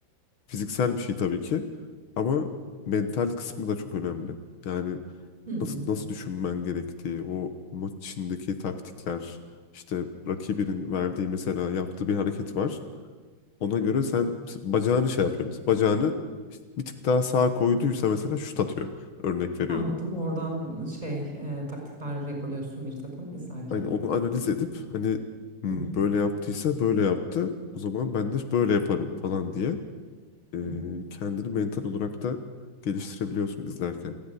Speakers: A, on the left; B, on the right.
A: fiziksel bir şey tabii ki ama mental kısmı da çok önemli. Yani
B: Hmm.
A: nasıl nasıl düşünmen gerektiği, o maç içindeki taktikler, işte rakibinin verdiği mesela yaptığı bir hareket var. Ona göre sen s- bacağını şey yapıyor Mesela Bacağını işte bir tık daha sağa koyduysa mesela şut atıyor. Örnek veriyorum.
B: Anladım. Oradan şey e, taktikler yakalıyorsun bir takım izlerken.
A: Hani onu analiz edip hani "Hmm,
B: Hı hı,
A: böyle yaptıysa böyle yaptı. O zaman ben de böyle yaparım falan diye e,
B: hı hı.
A: kendini mental olarak da geliştirebiliyorsun izlerken.